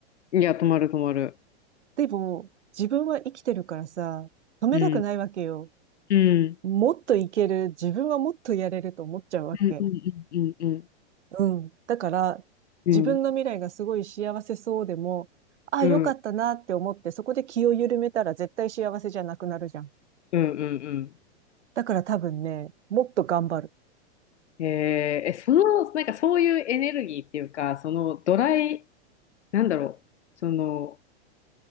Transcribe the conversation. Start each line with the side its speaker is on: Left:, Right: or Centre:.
Left: んいや、止まる止まる。
Right: でも、自分は生きてるからさ、止めたくないわけよ。
Left: うん。うん。
Right: もっといける、自分はもっとやれると思っちゃうわけ。
Left: うんうんうんうん
Right: うん。だから、
Left: うん。
Right: 自分の未来がすごい幸せそうでも、
Left: うん。
Right: ああ、
Left: うん
Right: よかったなって思って、そこで気を緩めたら絶対幸せじゃなくなるじゃん。
Left: うんう
Right: だから多分ね、もっと頑張る。
Left: ん。えーえ、その、なんかそういうエネルギーっていうか、そのドライ、なんだろう、その、